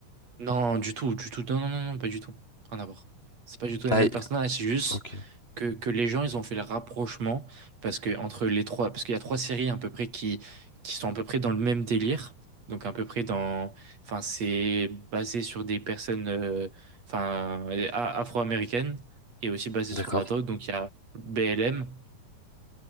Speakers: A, on the right; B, on the left.
A: Non, du tout, du tout. Non, non, non, non, pas du tout. Rien à voir. C'est pas du tout les
B: Ah,
A: mêmes
B: et-
A: personnages. C'est juste
B: ok.
A: que, que les gens, ils ont fait le rapprochement parce que entre les trois, parce qu'il y a trois séries à peu près qui, qui sont à peu près dans le même délire. Donc à peu près dans, enfin, c'est basé sur des personnes, euh, enfin, euh, a- afro-américaines et aussi basé
B: D'accord.
A: sur de la drogue. Donc il y a BLM.